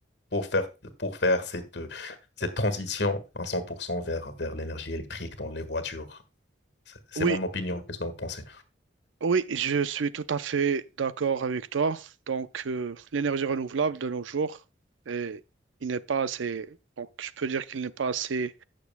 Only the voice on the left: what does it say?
pour faire, pour faire cette, euh, cette transition à 100% vers, vers l'énergie électrique dans les voitures. C'est c'est
mon opinion. Qu'est-ce que vous pensez?